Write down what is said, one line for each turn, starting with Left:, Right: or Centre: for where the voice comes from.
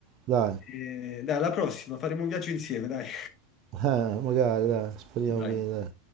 Right: dai,
Left: E, dai, alla prossima, faremo un viaggio insieme, dai.
Right: <laughs> eh, magari, dai, speriamo
Left: <laughs> Dai.
Right: bene, dai. No,